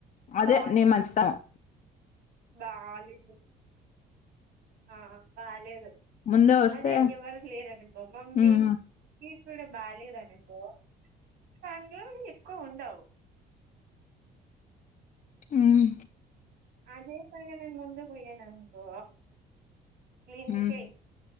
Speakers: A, on the left (about 45°); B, on the right (about 75°).
A: అదే
B: బాలేదు
A: నీ మంచితనం
B: బాలేదు ఆ బాలేదు
A: ముందే వస్తే
B: అదే ఎవరు లేరు అనుకో మమ్మీ
A: ఉమ్
B: ఇప్పుడ బాలేదానుకో దాంట్లో ఎక్కువ ఉండవు
A: హుమ్మ్
B: అదే సరిగా నేను ముందు పోయే నాన్కో క్లీన్
A: ఉమ్
B: చెయ్